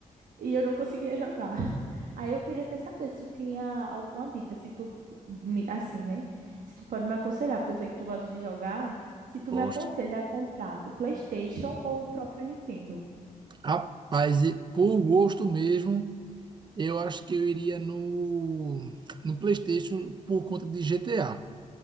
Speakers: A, on the right; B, on the right.
A: e eu não conseguia jogar. <laughs> Aí eu queria até saber se tu tinha alguma dica, se tu, me- assim, né? Se tu pode me aconselhar, porque eu sei que tu gosta de jogar, se tu
B: Gosto.
A: me aconselha a comprar o PlayStation ou o próprio Nintendo.
B: Rapaz, e por gosto mesmo, eu acho que eu iria no, no PlayStation por conta de GTA,